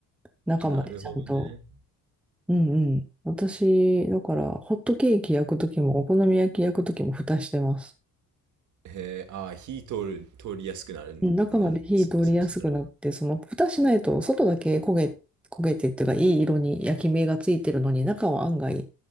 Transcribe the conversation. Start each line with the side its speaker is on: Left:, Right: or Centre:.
Centre: 中までちゃんと。
Right: なるほどね。
Centre: うんうん。私、だから、ホットケーキ焼くときも、お好み焼き焼くときも蓋してます。
Right: へえ、ああ、火通る、通りやすくなる、
Centre: うん中まで火通りやすくなって、
Right: なるんですね、そしたら。
Centre: その蓋しないと外だけ焦げ、焦げてっていうかいい色に焼き目がついてるのに中は案外